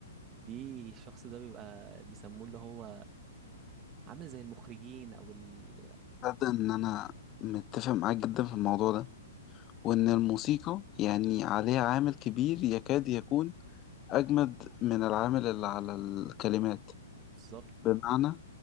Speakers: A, on the right; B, on the left.
A: دي الشخص ده بيبقى بيسموه اللي هو عامل زي المخرجين أو ال...
B: تصدق ان انا متفق معاك جدا في الموضوع ده وان الموسيقى
A: مم.
B: يعني عليها عامل كبير يكاد يكون اجمد من العامل اللي على الكلمات
A: بالظبط
B: بمعنى